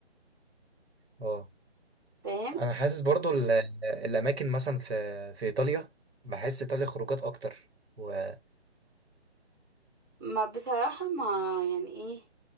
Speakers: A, on the right; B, on the right.
A: اه
B: فاهم
A: انا حاسس برضو ال- الاماكن مثلا في في ايطاليا بحس ايطاليا خروجات اكتر وهو
B: ما بصراحة ما يعني ايه